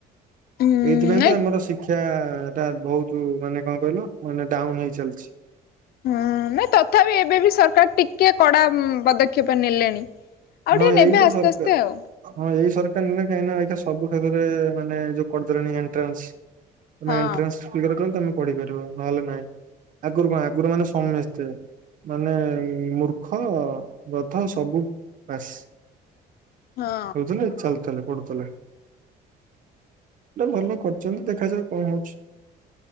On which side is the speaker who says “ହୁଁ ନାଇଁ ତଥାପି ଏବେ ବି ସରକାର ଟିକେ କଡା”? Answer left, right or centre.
Left